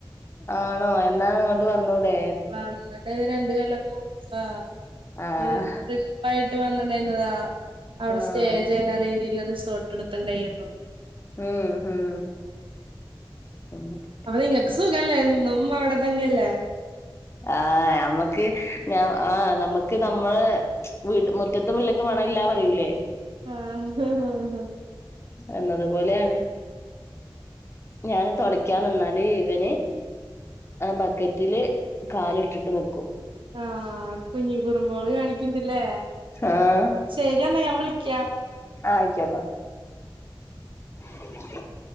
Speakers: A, on the left; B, on the right.
A: ആണോ എന്നാ അങ്ങോട്ട് വന്നൂടെേ?
B: വന്നത് രണ്ട് കൊല്ലം മുമ്പാ
A: ആഹ്
B: <unintelligible> പ്പായിട്ട് വന്നിട്ടണ്ടായിരുന്നതാ അവടെ
A: ആഹ്
B: സ്റ്റേ ചെയ്യണ്ട രീതിയിലത് റിസോർട്ട് ട്ത്ത്ണ്ടായിരുന്നു.
A: ഉം ഉം ഉം
B: അപ്പ നിങ്ങക്ക് സുഖല്ലേ എന്നും അവടെ തന്നെയല്ലേ?
A: ആഹ് ഞമ്മക്ക് ഞ ആഹ് നമ്മക്ക് ഞമ്മളെ വീട്ട് മു റ്റത്തെ മുല്ലക്ക് മണമില്ല പറയൂലേ?
B: ആഹ്
A: എന്നതുപോലെയാണ് ഞാന് തൊടക്കാൻ നിന്നാല് ഇവന് ആ ബക്കറ്റില് കാല്ട്ട്ട്ട് ന്ക്കും
B: ആഹ് കുഞ്ഞി കുറുമ്പോള് കാണിക്കിണ്ടില്ലേ
A: ആഹ്
B: ശരിയെന്നാ ഞാൻ വിളിക്കാം
A: ആഹ് ആയ്ക്കോട്ടെ <inaudible>